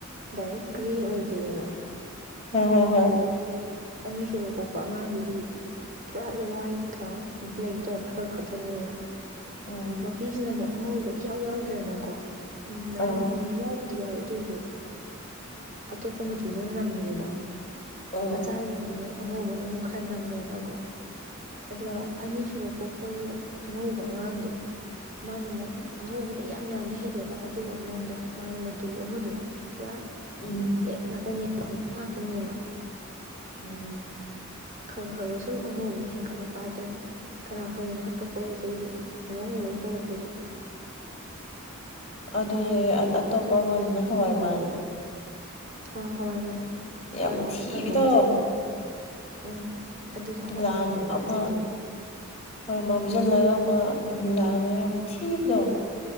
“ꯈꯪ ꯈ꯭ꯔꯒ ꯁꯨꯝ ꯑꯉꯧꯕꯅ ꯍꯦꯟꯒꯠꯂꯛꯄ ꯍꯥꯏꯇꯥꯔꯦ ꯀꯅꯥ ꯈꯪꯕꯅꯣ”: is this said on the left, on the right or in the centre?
Right